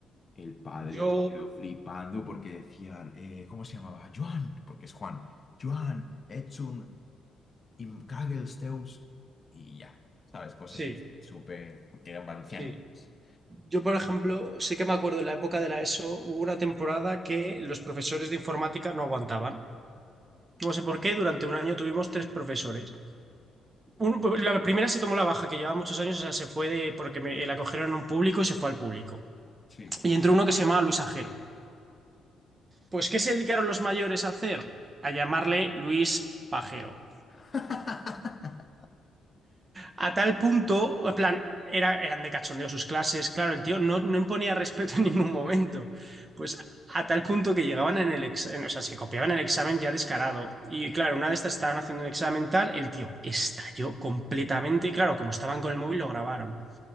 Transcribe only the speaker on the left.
el padre
se quedó flipando porque decían, eh, ¿cómo se llamaba? Joan, porque es Juan. Joan, Edson. y Kaggle, Zeus y ya, ¿sabes? Cosas
así, súper, porque eran valencianos.
Sí.
<laughs>